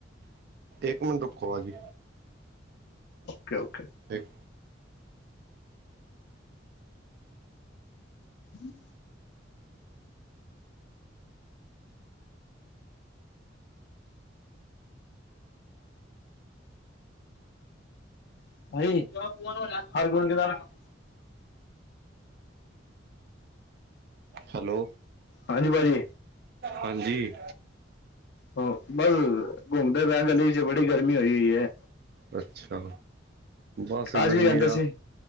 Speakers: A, on the right; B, on the left.
A: ਇੱਕ ਮਿੰਟ ਰੁੱਖੋ ਅੱਜੇ
B: ਓਕੇ-ਓਕੇ।
A: ਇੱਕ
B: ਹੂੰ‌ <unintelligible>
A: ਹੈਲੋ
B: ਹਾਂਜੀ ਪਾਜੀ
A: ਹਾਂਜੀ।
B: ਹ ਬਸ ਘੁੰਮਦੇ ਪਏ ਆ ਗਲੀ ਚ ਬੜੀ ਗਰਮੀ ਹੋਈ ਹੋਈ ਏ।
A: ਅੱਛਾ। ਬਸ
B: ਅੱਜ
A: ਗਰਮੀ
B: ਵੀ ਕਹਿੰਦੇ
A: ਦਾ
B: ਸੀ